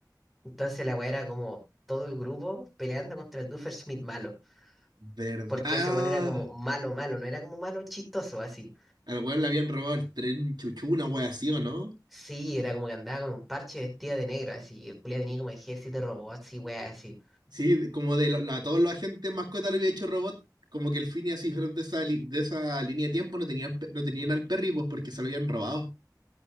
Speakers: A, in the centre; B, on the right (about 75°).
A: Entonces la weá era como todo el grupo peleando contra el Schmidt malo.
B: ¿verdad?
A: Porque ese weón era como malo, malo, no era como malo chistoso así.
B: Al weón le habían robado el tren chuchu, una wea así, ¿o no?
A: Sí, era como que andaba con un parche vestida de negro, así. y Julia tenía como ejército de robots y weá así.
B: Sí, como de lo- a todos los agentes mascota le había hecho robot, como que el Phineas y Ferb de esa, li- de esa línea de tiempo no tenían, pe- no tenían al Perry, pues porque se lo habían robado.